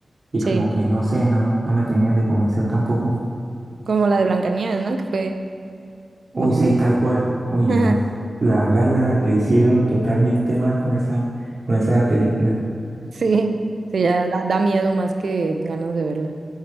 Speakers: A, on the right; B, on the right.
A: y
B: Sí,
A: como que no sé, no, no me terminan de convencer tampoco.
B: como la de Blancanieves, ¿no? Que fue
A: Uy,
B: como
A: sí,
B: muy...
A: tal cual. Uy,
B: <laughs>
A: no. La verdad la, le hicieron totalmente mal con esa, con esa película.
B: Sí, sí, ya da, da miedo más que ganas de verla.